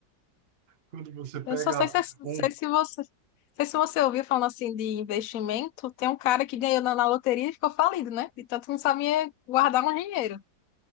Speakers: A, on the right (about 50°); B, on the left (about 60°).
A: Quando você pega
B: Eu só sei se,
A: um
B: sei se você. sei se você ouviu falando assim de investimento, tem um cara que ganhou na, na loteria e ficou falido, né? De tanto que não sabia guardar um dinheiro.